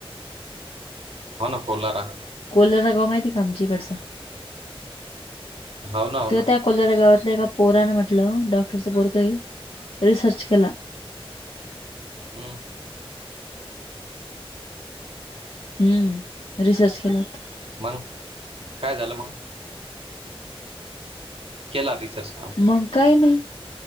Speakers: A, on the right; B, on the left.
A: हो ना कोलारा
B: कोलरागाव माहिती का आमच्या ईकडचं
A: हो ना हो
B: त
A: ना
B: त्या कोलरागावातल्या एका पोरानं म्हटलं डॉक्टरचं पोरगय रिसर्च केला.
A: हम्म
B: हम्म रिसर्च केलं होत.
A: मंग काय झालं म केला रीचर्स
B: मग काय नाही